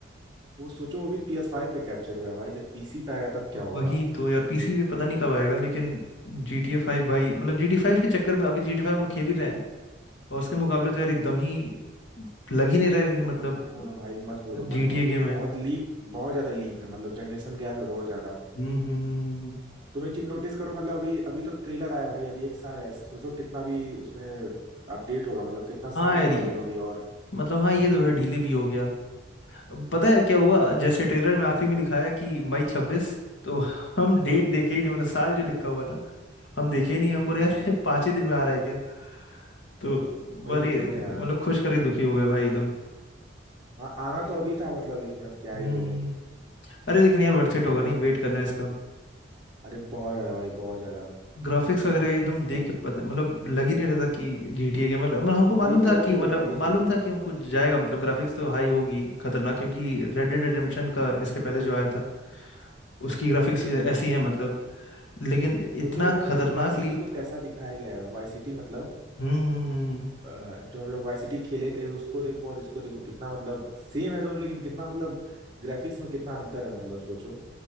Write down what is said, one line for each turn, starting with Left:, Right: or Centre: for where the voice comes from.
Right: वो सोचो वो भी पी एस फाइव पे कैप्चर हुआ है भाई जब पीसी पे आएगा तब क्या होगा
Left: वही तो यार पीसी पे पता नहीं कब आएगा लेकिन जी टी ए फाइव भाई मतलब जी टी फाइव के चक्कर में अभी जी टी फाइव हम लोग खेल ही रहे हैं और उसके मुकाबले
Right: हाँ,
Left: तो यार एकदम
Right: हाँ।
Left: ही लग ही नहीं रहा है कि मतलब
Right: मत बोलो भाई मत बोलो मत
Left: जी
Right: बोलो
Left: टी ए गेम है
Right: बहुत लीप बहुत ज्यादा लीप है मतलब जनरेशन गैप है बहुत ज्यादा
Left: हम्म हम्म हम्म, हम्म, हम्म।
Right: तुम एक चीज नोटिस करो मतलब अभी अभी तो ट्रेलर आया भाई अभी एक साल है सोचो कितना भी उसमें अपडेट होगा मतलब कितना
Left: हाँ
Right: शार्प
Left: यार
Right: होगा
Left: ये
Right: गेम अभी और
Left: मतलब हाँ ये तो है डिले भी हो गया अब पता है क्या हुआ जैसे ट्रेलर में आखिरी में लिखाया कि मई छब्बीस तो हम डेट देखे
Right: <laughs>
Left: ही नहीं मतलब साल जो लिखा हुआ था हम देखे ही नहीं हम बोले यार
Right: हाँ
Left: <laughs> पांच ही दिन में आ रहा है क्या तो
Right: वही
Left: अरे
Right: तो यार
Left: मतलब खुश करके दुखी हो गए भाई एकदम
Right: हाँ आना
Left: लेकिन
Right: तो अभी था मतलब लेकिन अब
Left: हम्म
Right: क्या ही बोलें
Left: हम्म। अरे लेकिन यार वर्थ इट
Right: वही
Left: होगा नहीं
Right: है
Left: वेट करना इसका
Right: अरे बहुत ज्यादा भाई बहुत ज्यादा
Left: ग्राफिक्स वगैरह एकदम देख
Right: मतलब
Left: के पता मतलब लग ही नहीं रहता कि GTA के मतलब मतलब हमको मालूम
Right: वही
Left: था
Right: तो
Left: कि मतलब
Right: भाई
Left: मालूम था कि हमको जाएगा मतलब ग्राफिक्स तो हाई होगी खतरनाक क्योंकि रेड डेड रिडेम्पशन का इसके पहले जो आया था उसकी ग्राफिक्स ऐसी है मतलब लेकिन
Right: सोचो
Left: इतना
Right: मतलब
Left: खतरनाक
Right: वाई सिटी
Left: लीप
Right: को कैसा दिखाया गया है वाई सिटी मतलब
Left: हम्म हम्म हम्म,
Right: अ, जो हम लोग वाई सिटी खेले थे उसको देखो और इसको देखो कितना मतलब सेम है दोनों लेकिन कितना मतलब ग्राफिक्स में कितना अंतर है मतलब सोचो